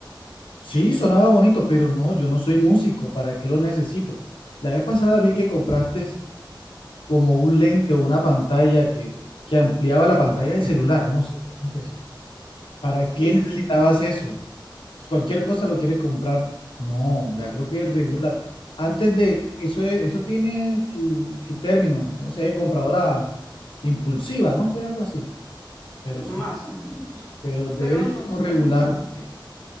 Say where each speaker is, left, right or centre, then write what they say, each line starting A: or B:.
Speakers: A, on the left; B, on the left.
A: Sí, sonaba bonito, pero no, yo no soy músico, ¿para qué lo necesito? La vez pasada vi que compraste como un lente o una pantalla que, que ampliaba la pantalla del celular, no sé cómo se ¿Para qué
B: sí,
A: necesitabas
B: sí,
A: eso? Cualquier cosa lo quieres comprar. No, ya creo que regúlate. Antes de eso, es- eso tiene su, su término, no sé, compradora impulsiva, no sé, algo así. Pero sí,
B: más o menos.
A: pero debes
B: Pero no,
A: como
B: no,
A: regularte.
B: no.